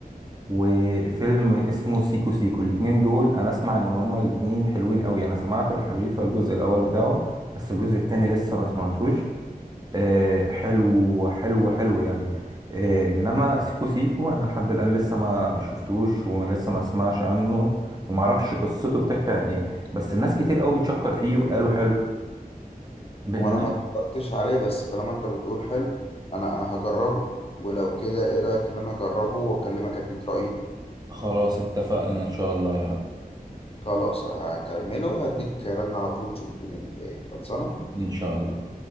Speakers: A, on the right; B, on the left.
A: وفيلم اسمه سيكو سيكو الاتنين دول أنا أسمع إن هما الاتنين حلوين أوي أنا سمعت الحريفة الجزء الأول بتاعه بس الجزء التاني لسه ما سمعتوش آه، حلو حلو حلو يعني آه، انما سيكو سيكو انا لحد الان لسه ما شفتوش ولسه ما اسمعش عنه وما اعرفش قصته بتحكي عن ايه بس الناس كتير قوي بتشكر فيه وقالوا حلو بالنسبة
B: وانا ما اتفرجتش عليه بس طالما انت بتقول حلو انا انا هجربه ولو كده ايه رأيك ان انا اجربه واكلمك اديك رأيي
A: خلاص اتفقنا ان شاء الله يا حبيبي
B: خلاص هكمله وهديك رن على طول نشوف الدنيا دي فيها ايه خلصانة
A: ان شاء الله